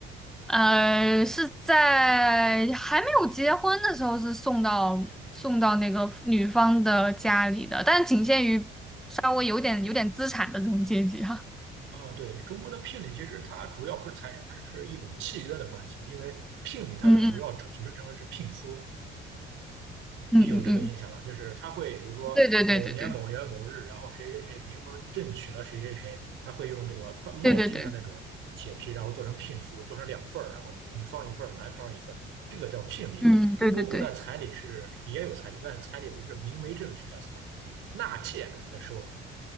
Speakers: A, in the centre; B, on the right.
A: 呃是在还没有结婚的时候是送到送到那个女方的家里的，但仅限于稍微有点有点资产的这种阶级哈。
B: 啊，对，中国的聘礼其实它主要不是财产，它是一种契约的关系。因为聘礼它的主要成组成成分是聘书，
A: 嗯嗯嗯嗯嗯，
B: 你有这个印象吗？就是他会比如说某年某月某日，
A: 对对对对对
B: 然后谁谁谁名门正娶了谁谁谁，他会用那个烙金的那种铁皮，
A: 对对对，
B: 然后做成聘书，做成两份儿，然后女方一份儿，男方一份，这个叫聘礼。
A: 嗯对对对，
B: 中国古代彩礼是也有彩礼，但是彩礼不是明媒正娶叫彩礼，纳妾的时候